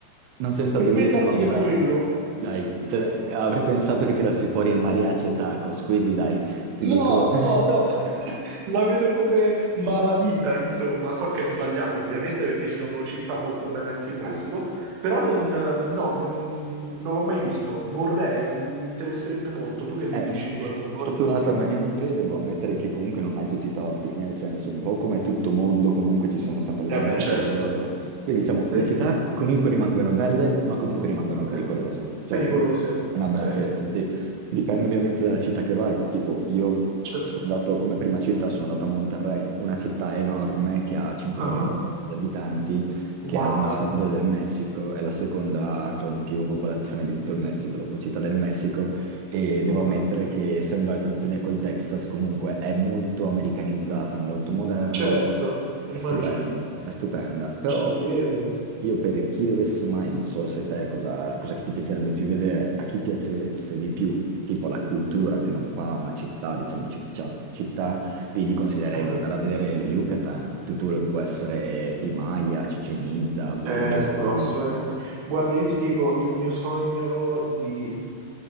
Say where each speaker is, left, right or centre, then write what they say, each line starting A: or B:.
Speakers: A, on the right; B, on the right.
A: non sei stato
B: per
A: così
B: me il
A: scontato.
B: Messico è quello. <laughs>
A: Dai, cioè, avrei pensato che tirassi fuori mariachi e tacos, quindi dai, ti
B: No,
A: dico...
B: no,
A: <laughs>
B: no, <laughs> la vedo come malavita, insomma. So che è sbagliato, ovviamente, perché ci sono città molto belle anche in Messico,
A: Sì.
B: però non, no, non, non l'ho mai visto. Vorrei, mi, mi interesserebbe molto. Tu che mi
A: Eh,
B: dici riguardo
A: sfortunatamente
B: appunto il Messico?
A: devo ammettere che comunque non hai tutti i torti, nel senso, un po' come tutto mondo, comunque ci sono sempre le
B: Eh
A: zone
B: beh,
A: più
B: certo.
A: pericolose. Quindi diciamo,
B: Sì?
A: le città comunque rimangono belle, ma comunque rimangono
B: Ok.
A: pericolose. Cioè,
B: Pericolose,
A: no, un
B: ok.
A: abbraccetto, sì. Dipende ovviamente dalla città che vai. Tipo, io
B: Certo.
A: sono andato come prima città, sono andato a Monterrey, una città enorme che ha 5
B: Ah,
A: milioni
B: ah.
A: di abitanti,
B: Wow.
A: che è al nord del Messico, è la seconda con più popolazione di tutto il Messico, dopo Città del Messico e devo
B: Ah,
A: ammettere
B: ah.
A: che essendo al confine col Texas comunque è molto americanizzata, molto moderna,
B: Certo, immagino.
A: è stupenda, è stupenda. Però
B: Ci credo.
A: io per chi dovesse mai, non so se te cosa, cosa che ti piacerebbe più vedere, a chi piacesse di più, tipo la cultura che non fa una città, diciamo ciccia- città, lì gli consiglierei
B: Ah.
A: di andare
B: ah.
A: a vedere lo Yucatan, tutto quello che può essere i Maya, Cicenizza,
B: Certo,
A: Valladolid.
B: assolutamente.
A: eh.
B: Guarda, io ti dico, il mio sogno di,